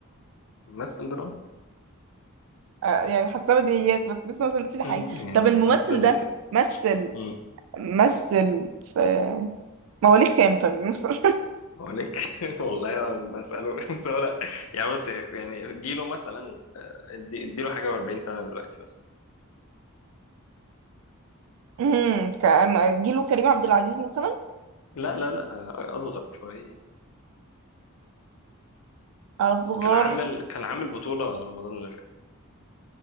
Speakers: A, on the left; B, on the right.
A: ممثل دراما
B: آه، يعني حاسه بديهيات بس لسه ما وصلتش لحاجه
A: امم يعني
B: طب الممثل
A: ممثل
B: ده مثل
A: امم
B: مثل في مواليد كام طب مثل
A: مالك <laughs> والله ما بسأله <laughs> بس هو لا يعني بص يعني جيله مثلا ادي اديله حاجة و40 سنة دلوقتي مثلا
B: <laughs> امم كان جيله كريم عبد العزيز مثلا
A: لا لا لا أصغر شوية
B: اصغر
A: كان عامل كان عامل بطولة رمضان اللي فات